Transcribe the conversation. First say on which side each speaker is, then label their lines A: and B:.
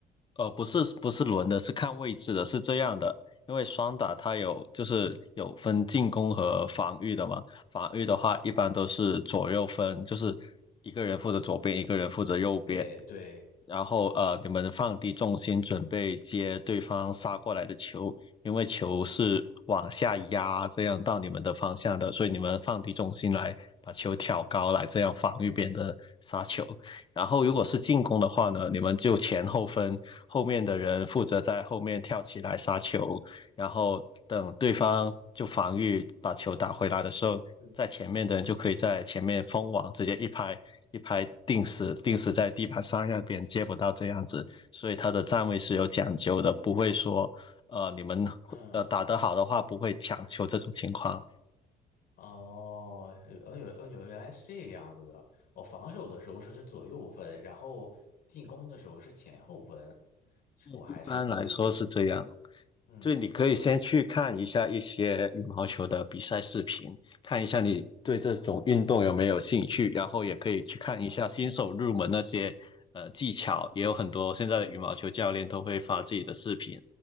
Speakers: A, on the left; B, on the left.
A: 呃，不是不是轮的，是看位置的，是这样的。因为双打它有就是有分进攻和防御的嘛，防御的话一般都是左右分，就是一个人负责左边，一个人负责右边，
B: 对对，
A: 然后呃你们放低重心准备接对方杀过来的球，因为球是往下压这样到你们的方向的，所以你们放低重心来把球挑高来这样防御别人的杀球。然后如果是进攻的话呢，你们就前后分，后面的人负责在后面跳起来杀球，然后等对方就防御把球打回来的时候，
B: 嗯
A: 在前面的人就可以在前面封网，直接一拍一拍定死，定死在地板上，让别人接不到这样子。所以他的站位是有讲究的，不会说。呃，你们呃打得好的话，
B: 嗯，
A: 不会抢球这种情况，
B: 哦，呃有呃有，原来是这个样子的。我防守的时候是是左右分，然后进攻的时候是前后分，这个我还是头一次。
A: 一般来说是这样。
B: 嗯，
A: 就你可以先去看一下一些羽毛球的比赛视频，
B: 这个。
A: 看一下你对这种运动有没有兴趣，然后也可以去看一下新手入门那些呃技巧，也有很多现在的羽毛球教练都会发自己的视频